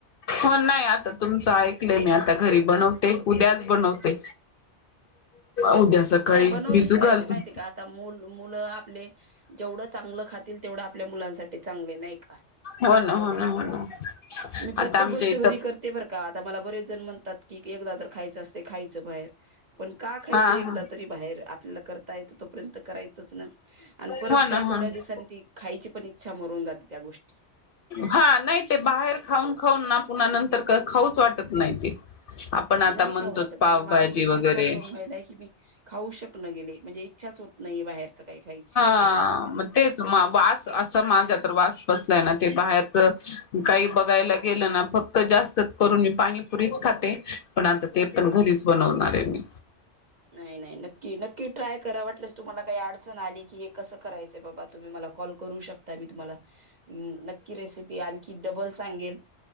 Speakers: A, on the left (about 55°); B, on the right (about 45°).
A: हो नाही आता तुमचं ऐकलंय मी आता घरी बनवते उद्याच बनवते. उद्या सकाळी.
B: नाही बनवलीच
A: भिजू
B: पाहिजे
A: घालते
B: माहिती का आता मुल-मुलं आपले जेवढ चांगलं खातील तेवढं आपल्या मुलांसाठी चांगले नाही का?
A: हो ना हो ना हो ना.
B: मी प्रत्येक
A: आता आमच्या
B: गोष्ट
A: इथं
B: घरी कर ते बरं का आता मला बरेच जण म्हणतात की एकदा तर खायचं असते खायचं बाहेर पण का खायचं
A: हा
B: एकदा
A: हा
B: तरी बाहेर आपल्याला करता येत तोपर्यंत करायचंच ना. आणि परत
A: हो ना
B: काय
A: हो
B: थोड्या
A: ना
B: दिवसांनी ती खायची पण इच्छा मरून जाते त्या गोष्टी
A: हा नाही ते बाहेर खाऊन खाऊन ना पुन्हा नंतर खाऊच वाटत नाही ते आपण आता
B: नाही
A: म्हणतोत
B: खाऊ वाटत
A: पावभाजी
B: म्हणजे माझं तर तेच
A: वगैरे
B: प्रॉब्लेम की मी खाऊ शकनं गेले म्हणजे इच्छाच होत नाहीे बाहेरच काही खायची.
A: हा म तेच मा वास असा माझा तर वास बसलाय ना ते बाहेरच काही बघायला गेलं ना फक्त जास्त करून मी पाणीपुरीच खाते. पण आता ते पण घरीच बनवणार आहे मी.
B: नाही नाही ल की नक्की ट्राय करा वाटल्यास तुम्हाला काही अडचण आली की हे कसं करायचंय बाबा तुम्ही मला कॉल करू शकत ता मी तुम्हाला नक्की रेसिपी आणखी डबल सांगेन